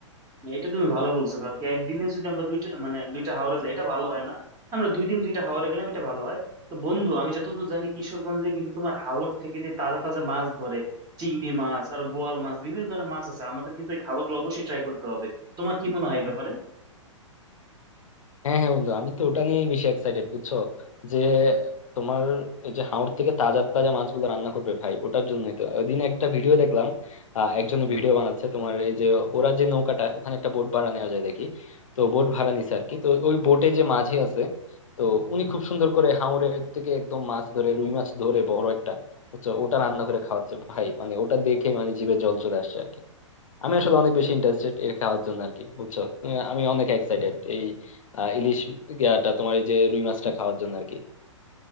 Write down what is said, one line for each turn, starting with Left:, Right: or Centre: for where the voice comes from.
Right: না, এটা তুমি ভালো বলছো কারণ কি একদিনে যদি আমরা দুইটা মানে দুইটা হাওড়ে যাই এটা ভালো হয় না আমরা দুই দিন দুইটা হাওড়ে গেলাম এটা ভালো হয় তো বন্ধু আমি যতদূর জানি কিশোরগঞ্জে কিন্তু তোমার হাওর থেকে যে তাজা তাজা মাছ ধরে চিংড়ি মাছ আর বোয়াল মাছ বিভিন্ন ধরনের মাছ আছে আমাদের কিন্তু এই খাবারগুলো অবশ্যই ট্রাই করতে হবে তোমার কি মনে হয় এই ব্যাপারে
Left: হ্যাঁ হ্যাঁ বন্ধু আমি তো ওটা নিয়েই বেশি এক্সাইটেড বুঝছো যে তোমার এই যে হাওর থেকে তাজা তাজা মাছগুলো রান্না করবে ভাই ওটার জন্যই তো ওই দিন একটা ভিডিও দেখলাম আহ একজন ভিডিও বানাচ্ছে তোমার এই যে ওরা যে নৌকাটা ওখানে একটা বোট ভাড়া নেওয়া যায় দেখি তো বোট ভাড়া নিছে আর কি তো ওই বোটে যে মাঝি আছে তো উনি খুব সুন্দর করে হাওরের থেকে একদম মাছ ধরে রুই মাছ ধরে বড় একটা বুঝছো ওটা রান্না করে খাওয়াচ্ছে ভাই মানে ওটা দেখে মানে জিভে জল চলে আসছে আর কি আমি আসলে অনেক বেশি ইন্টারেস্টেড এর খাওয়ার জন্য আর কি বুঝছো আহ, আমি অনেক এক্সাইটেড এই আহ, ইলিশ ইয়াটা তোমার এই যে রুই মাছটা খাওয়ার জন্য আর কি